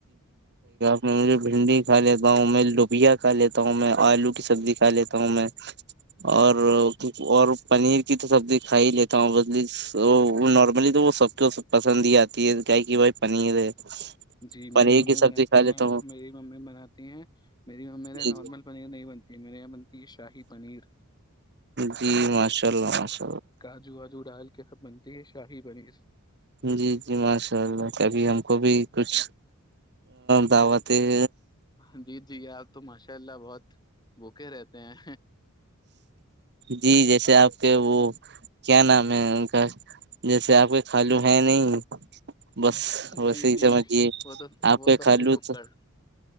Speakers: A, on the right; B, on the left.
A: میں مجھے بھنڈی کھا لیتا ہوں میں لبیا کھا لیتا ہوں میں آلو کی سبزی کھا لیتا ہوں میں اور اور پنیر کی تو سبزی کھا ہی لیتا ہوں بس نارملی تو وہ سب کو پسند ہی آتی ہے گ کہ بھائی پنیر ہے
B: جی
A: پنیر
B: میری ممی
A: کی سبزی
B: بناتی
A: کھا لیتا
B: ہیں
A: ہوں
B: میری ممی بناتی ہیں میری ممی میر
A: جی
B: نارمل پنیر نہیں بنتی میرے یہاں ت شاہی پنیر
A: جی ماشاء اللہ ماشاءلہ
B: کاجو وجو ڈال سب بنتی ہے شاہی بنی
A: جی جی ماشاء اللہ کبھی ہم کو بھی کچھ دعوتیں
B: ہاں جی جی آپ تو ماشاء اللہ بہت بوکے رہتے ہیں
A: جی جیسے آپ وہ کیا نام میں ان کا جیسے آپ کے کھالو ہے نہیں بس بس
B: جی
A: یہ
B: جی
A: سمجھیے
B: وہ تو
A: آپے
B: وہ
A: خ
B: ہے ہی
A: لو
B: بھکڑ
A: تو